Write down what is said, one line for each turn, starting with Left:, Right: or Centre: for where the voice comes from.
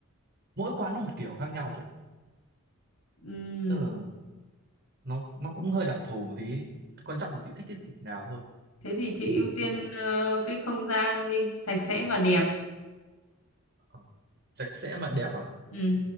Right: mỗi quán nó một kiểu khác nhau chị ạ
Left: Ừm,
Right: tức là nó nó cũng hơi đặc thù một tí quan trọng là chị thích cái thịt nào thôi
Left: thế thì chị ưu tiên
Right: Ờ,
Left: ờ, cái không gian đi sạch sẽ và đẹp
Right: ờ. sạch sẽ mà đẹp à
Left: ừ